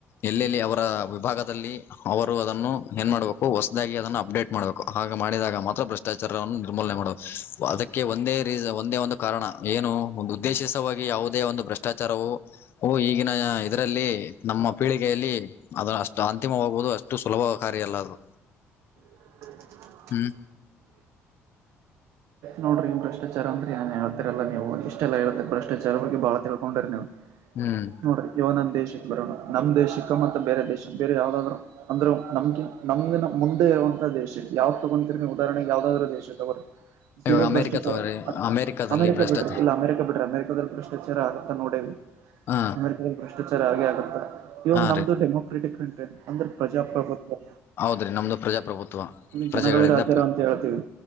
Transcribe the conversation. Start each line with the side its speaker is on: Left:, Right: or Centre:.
Left: ಎಲ್ಲೆಲ್ಲಿ ಅವರ ವಿಭಾಗದಲ್ಲಿ ಅವರು ಅದನ್ನು ಏನ್ ಮಾಡಬೇಕ ಹು ಹೊಸದಾಗಿ ಅದನ್ನು ಅಪ್ಡೇಟ್ ಮಾಡ್ಬೇಕು ಹಾಗ ಮಾಡಿದಾಗ ಮಾತ್ರ ಭ್ರಷ್ಟಾಚಾರವನ್ನು ನಿರ್ಮೂಲನೆ ಮಾಡಬೇಕು ಅದಕ್ಕೆ ಒಂದೇ ರೀಜ್ ಒಂದೇ ಒಂದು ಕಾರಣ ಏನು ಒಂದು ಉದ್ದೇಶಿಸುವಾಗಿ ಯಾವುದೇ ಒಂದು ಭ್ರಷ್ಟಾಚಾರವು ಉ ಈಗಿನ ಇದರಲ್ಲಿ ಎ ನಮ್ಮ ಪೀಳಿಗೆಯಲ್ಲಿ ಅದ ಅಷ್ಟು ಅಂತಿಮವಾಗುವಹುದು ಅಷ್ಟು ಸುಲಭ ಕಾರ್ಯ ಅಲ್ಲ ಅದು
Right: ತಂತಡನ್
Left: ಹ್ಮ್
Right: ನೋಡ್ರಿ ಭ್ರಷ್ಟಾಚಾರ ಅಂದ್ರ ಏನ್ ಹೇಳ್ತಾರಲ್ಲ ನೀವು ಇಷ್ಟೆಲ್ಲೇಳ್ತರಿ ಭ್ರಷ್ಟಾಚಾರದ ಬಗ್ಗೆ ಬಾಳ ತಿಳ್ಕೊಂಡಿರಿ ನೀವು
Left: ಹ್ಮ್
Right: ನೋಡ್ರಿ ಯವ ನಮ್ಮ ದೇಶ ಬರೋಣ ನಮ್ಮ ದೇಶಸಕ್ಕ ಮತ್ತ ಬೇರೆ ದೇಶ ಬೇರೆ ಯಾವದಾದ್ರು ಅಂದ್ರರು ನಮಗೆ ನಮಗಿನ ಮುಂದೆ ಇರುವಂತ ದೇಶ ಯಾವ್ದ ತಗೋಂತಿರ ಉದಾಹರಣೆ ಯಾವುದಾದರೂ ದೇಶ ತಗೋರಿ ಸಿರೋ
Left: ಇವಾಗ ಅಮೆರಿಕ
Right: ಭ್ರಷ್ಟಾಚಾರ
Left: ತವ್ರೀ
Right: ಅದ್
Left: ಅಮೆರಿಕದಲ್ಲಿ
Right: ಅಮೆರಿಕ
Left: ಭ್ರಷ್ಟಾಚಾರ
Right: ಬಿಡ್ರಿ ಇಲ್ಲ ಅಮೆರಿಕ ಬಿಟ್ರಿ ಅಮೆರಿಕಾದದಲ್ಲಿ ಭ್ರಷ್ಟಾಚಾರ ಆಗುತ್ತಾ ನೋಡೇವಿ
Left: ಹ
Right: ಅಮೆರಿಕದಲ್ಲಿ ಭ್ರಷ್ಟಾಚಾರ ಹಾಗೆ ಆಗುತ್ತಾ ಇವಾಗ
Left: ಹಾ
Right: ನಮ್ದು
Left: ರೀ
Right: ಡೆಮೂಕ್ರೆಟಿಕ್ ಕಂಟ್ರೆ ಅಂದ್ರ ಪ್ರಜಾಪ್ರಭುತ್ವ
Left: ಹೌದ್ರೀ ನಮ್ಮದು ಪ್ರಜಾಪ್ರಭುತ್ವ
Right: ಇಲ್ಲಿ
Left: ಪ್ರಜೆಗಳಿಂದ
Right: ಜನಗಳ ರಾಜರ ಅಂತ ಹೇಳ್ತೀವಿ